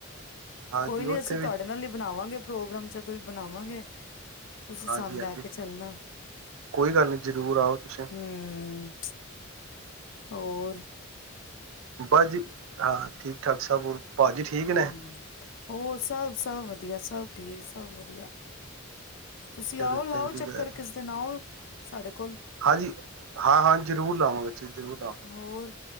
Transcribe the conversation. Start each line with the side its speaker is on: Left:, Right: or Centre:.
Right: ਹਾਂਜੀ
Left: ਕੋਈ ਨੀ
Right: ਉੱਥੇ
Left: ਅਸੀਂ
Right: ਵੀ
Left: ਤੁਹਾਡੇ ਨਾਲ ਹੀ ਬਣਾਵਾਂਗੇ ਪ੍ਰੋਗਰਾਮ ਜ ਤੋਂਂ ਬਣਾਵਾਂਗੇ। ਤੁਸੀਂ
Right: ਹਾਂਜੀ
Left: ਸਾਨੂੰ ਲੈ
Right: ਹਾਂਜੀ
Left: ਕੇ ਚੱਲਣਾ
Right: ਕੋਈ ਗੱਲ ਨਹੀਂ ਜ਼ਰੂਰ ਆਓ ਤੁਸੀਂ
Left: ਹੂੰ। ਹੋਰ
Right: ਬਸ ਜੀ ਹਾਂ ਠੀਕ ਠਾਕ ਸਭ ਹੋਰ ਭਾਜੀ ਠੀਕ ਨੇ।
Left: ਹਮ ਹੋਰ ਸਭ ਸਭ ਵਧੀਆ ਸਭ ਠੀਕ ਸਭ ਵਧੀਆ। ਤੁਸੀਂ
Right: ਚਲੋ
Left: ਆਓ ਲਾਓ
Right: ਚੰਗੀ
Left: ਚੱਕਰ
Right: ਗੱਲ
Left: ਕਿਸ ਦਿਨ ਆਓ। ਸਾਡੇ ਕੋਲ
Right: ਹਾਂਜੀ, ਹਾਂ ਹਾਂ। ਜ਼ਰੂਰ ਲਾਵਾਂਗੇ। ਜੀ ਜ਼ਰੂਰ ਲਾਵਾਂਗੇ
Left: ਹੋਰ।